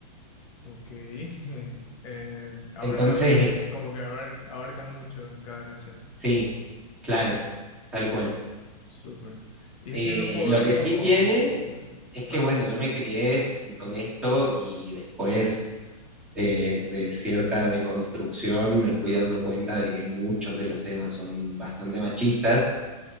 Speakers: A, on the left (about 55°); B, in the centre.
A: Ok. <laughs> Eh, abarcan,
B: Entonces,
A: eh,
B: es-
A: como que abar- abarcan mucho en cada canción.
B: sí, claro, tal cual.
A: Súper. Y
B: Eh,
A: este grupo
B: lo
A: es
B: que
A: como...
B: sí tiene
A: eh,
B: es que,
A: Perdón.
B: bueno, yo me crié con esto y después eh, de cierta deconstrucción me fui dando cuenta de que muchos de los temas son bastante machistas,